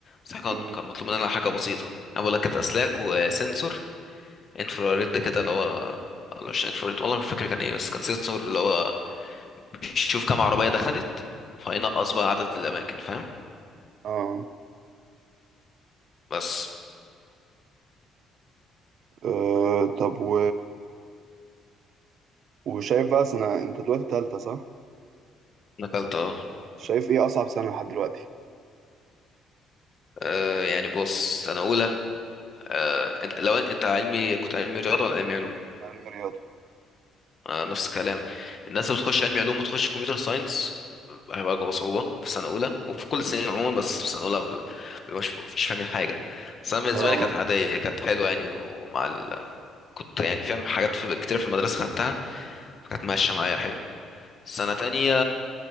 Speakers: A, on the left; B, on the right.
A: بس إحنا
B: مم.
A: كان كان مطلوب مننا حاجة بسيطة أنا بقول لك كانت أسلاك وسنسور انفراريد كده اللي هو ولا مش انفراريد والله مش فاكر كان ايه بس كان سنسور اللي هو بيشوف كام عربية دخلت فينقص بقى عدد الأماكن فاهم
B: اه
A: بس
B: آه، طب و... وشايف بقى سنة انت دلوقتي تالتة صح؟
A: نقلت اه
B: شايف ايه اصعب سنة لحد دلوقتي؟
A: آه، يعني بص سنة أولى آه، انت لو إن- انت علمي كنت علمي رياضة ولا علمي علوم؟
B: علم رياضة
A: آه، نفس الكلام الناس اللي بتخش علمي علوم وتخش كمبيوتر ساينس هيواجهوا صعوبة في سنة أولى وفي كل السنين عموما بس في سنة أولى ب- مش مش فاهمين حاجة بس أنا بالنسبة
B: اه
A: لي كانت عادية كانت حلوة يعني ومع ال... كنت يعني فاهم حاجات في... كتير في المدرسة خدتها فكانت ماشية معايا حلو سنة تانية